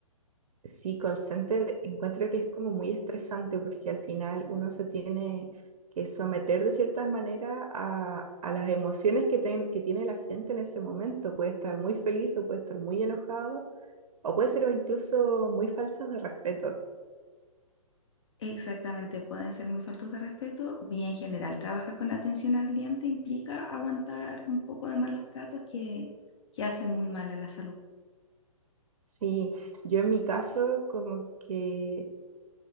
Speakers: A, on the right; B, on the left.
A: Sí, call center encuentro que es como muy estresante porque al final uno se tiene que someter de ciertas maneras a, a las emociones que, ten- que tiene la gente en ese momento. Puede estar muy feliz o puede estar muy enojado o puede ser incluso muy faltos de respeto.
B: Exactamente, pueden ser muy faltos de respeto. Bien general, trabajar con atención al cliente implica aguantar un poco de malos tratos que, que hacen muy mal a la salud.
A: Sí, yo en mi caso como que